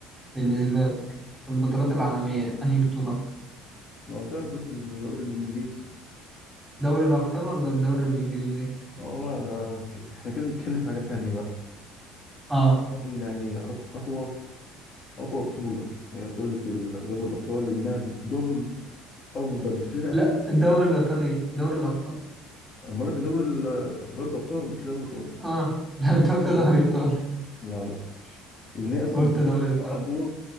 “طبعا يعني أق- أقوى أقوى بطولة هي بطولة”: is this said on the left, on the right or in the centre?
Left